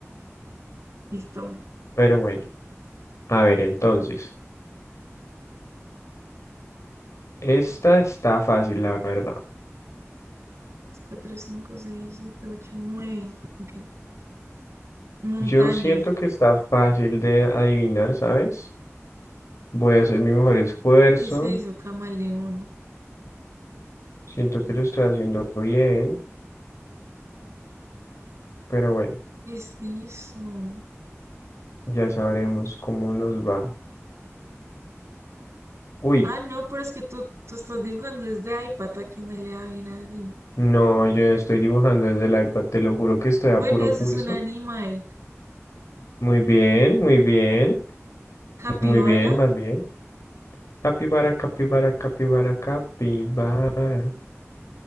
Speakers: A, on the right; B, on the left.
A: Listo.
B: Pero bueno, a ver, entonces, esta está fácil, la verdad.
A: Cuatro cinco seis siete ocho nueve. Ok. Montaña.
B: Yo siento que está fácil de adivinar, ¿sabes? Voy a hacer mi mejor esfuerzo.
A: ¿Qué es eso, camaleón?
B: Siento que lo estoy haciendo bien, pero bueno,
A: ¿Qué es eso?
B: ya sabremos cómo nos va. Uy,
A: Ah, no, pero es que tú, tú estás dibujando desde iPad, a quien no le da bien así.
B: no, yo estoy dibujando desde el iPad, te lo juro que estoy a
A: Bueno,
B: puro
A: eso
B: pulso.
A: es un animal.
B: Muy bien, muy bien,
A: Capibara,
B: muy bien, vas bien. Capibara, capibara, capibara, capibara.